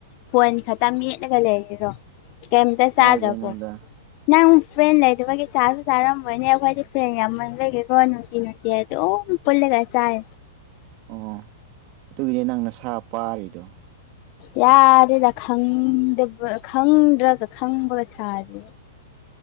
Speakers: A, on the left (about 45°); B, on the right (about 40°).
A: ꯐꯣꯟ ꯈꯛꯇ ꯃꯦꯠꯂꯒ ꯂꯩꯔꯤꯔꯣ ꯀꯩꯝꯇ
B: ꯀꯥꯏꯗꯩꯅꯣꯗ
A: ꯆꯥꯗ꯭ꯔꯕꯣ ꯅꯪ ꯐ꯭ꯔꯦꯟ ꯂꯩꯗꯕꯒꯤ ꯆꯥꯁꯨ ꯆꯥꯔꯝꯕꯅꯦ ꯑꯩꯈꯣꯏꯗꯤ ꯐ꯭ꯔꯦꯟ ꯌꯥꯝꯃꯟ ꯕꯩꯀꯣ ꯅꯨꯡꯇꯤ ꯅꯨꯡꯇꯤ ꯑꯗꯨꯝ ꯄꯨꯜꯂꯒ ꯆꯥꯏ
B: ꯑꯣ ꯑꯗꯨꯒꯤꯗꯤ ꯅꯪ ꯅꯁꯥ ꯄꯥꯔꯤꯗꯣ
A: ꯌꯥꯔꯦꯗ ꯈꯗꯕ ꯈꯪꯗ꯭ꯔꯒ ꯈꯪꯕ꯭ꯔꯥ ꯁꯥꯔꯤ